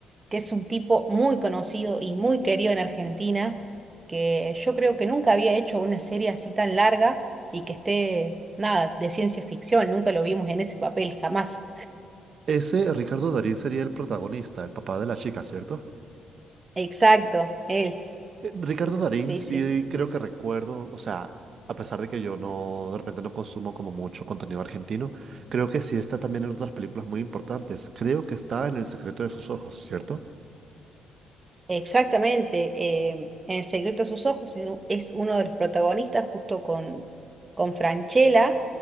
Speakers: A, on the right; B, on the right.
A: que es un tipo muy conocido y muy querido en Argentina, que yo creo que nunca había hecho una serie así tan larga y que esté, nada, de ciencia ficción, nunca lo vimos en ese papel, jamás.
B: Ese Ricardo Darín sería el protagonista, el papá de la chica, ¿cierto?
A: Exacto, él,
B: Eh, Ricardo Darín,
A: sí,
B: sí
A: sí.
B: creo que recuerdo, o sea, a pesar de que yo no, de repente no consumo como mucho contenido argentino, creo que sí está también en otras películas muy importantes. Creo que está en El secreto de sus ojos, ¿cierto?
A: Exactamente, eh, en El secreto de sus ojos es u- es uno de los protagonistas justo con, con Francella